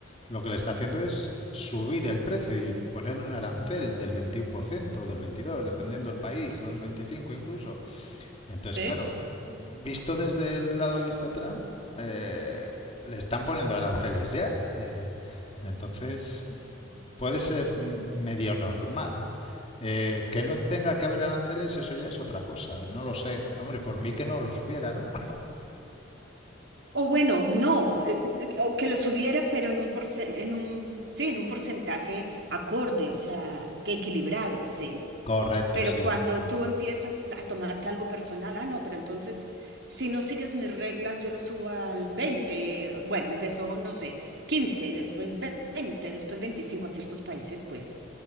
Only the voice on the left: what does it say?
lo que le está haciendo es subir el precio y ponerle un arancel del 21% o del 22%, dependiendo del país, o del 25% incluso. Entonces,
claro, visto desde el lado de vista Trump, eh, le están poniendo aranceles ya. eh, entonces, puede ser medio normal. Eh, que no tenga que haber aranceles, eso ya es otra cosa. No lo sé. Hombre, por mí que no los hubiera, ¿no?
<laughs> Correcto,
sí.